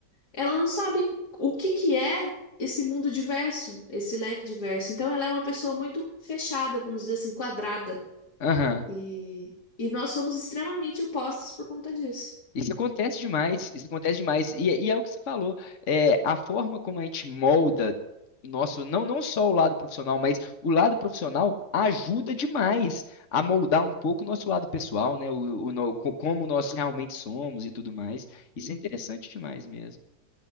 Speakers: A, on the left; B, on the left.
A: ela não sabe o que que é esse mundo diverso, esse leque diverso. Então, ela é uma pessoa muito fechada, vamos dizer assim, quadrada.
B: Aham.
A: E, e nós somos extremamente opostos por conta disso.
B: Isso acontece demais, isso acontece demais. E, e é o que você falou, é, a forma como a gente molda o nosso, não, não só o lado profissional, mas o lado profissional ajuda demais a moldar um pouco o nosso lado pessoal, né? O, o no- co- como nós realmente somos e tudo mais. Isso é interessante demais mesmo.